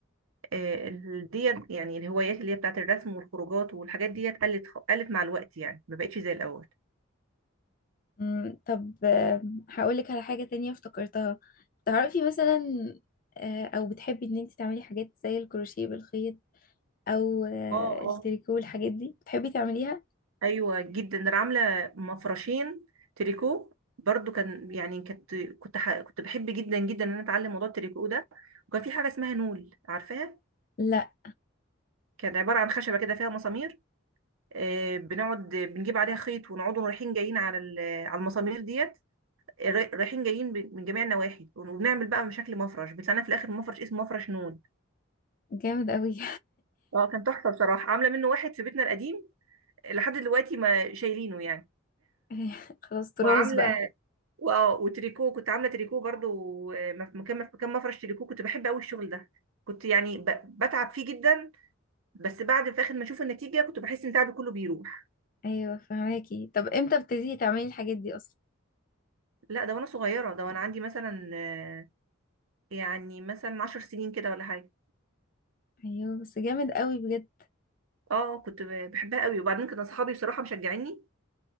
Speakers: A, on the right; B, on the left.
A: آه، ال- ديت يعني الهوايات اللي هي بتاعت الرسم والخروجات والحاجات ديت قلت قلت مع الوقت يعني ما بقتش زي الأول
B: امم طب آه هقولك على حاجة تانية افتكرتها تعرفي مثلا آه او بتحبي ان انتي تعملي حاجات زي الكروشيه بالخيط او آه
A: اه
B: التريكو
A: اه
B: والحاجات دي بتحبي تعمليها
A: ايوه جدا انا عامله مفرشين تريكو برضو كان يعني كنت كنت ح... كنت بحب جدا جدا ان انا اتعلم موضوع التريكو ده وكان في حاجه اسمها نول عارفاها
B: لا
A: كانت عباره عن خشبه كده فيها مسامير آه بنقعد بنجيب عليها خيط ونقعد رايحين جايين على ال- على المسامير ديت را- رايحين جايين ب- من جميع النواحي وبنعمل بقى بشكل مفرش بتلاقينا في الاخر مفرش اسمه مفرش نون
B: جامد قوي
A: اه كان تحفه بصراحه عامله منه واحد في بيتنا القديم لحد دلوقتي ما شايلينه يعني
B: <laughs> خلاص تراث
A: وعامله
B: بقى
A: واه وتريكو كنت عامله تريكو برضو آه، مف- مكان مكان مفرش تريكو كنت بحب قوي الشغل ده كنت يعني ب- بتعب فيه جدا بس بعد في اخر ما اشوف النتيجه كنت بحس ان تعبي كله بيروح
B: ايوه فهماكي طب امتى بتبتدي تعملي الحاجات دي اصلا
A: لا ده وانا صغيره ده وانا عندي مثلا آه، يعني مثلا عشر سنين كده ولا حاجه
B: ايوه بس جامد قوي بجد
A: اه كنت ب- بحبها قوي وبعدين كان اصحابي بصراحه مشجعيني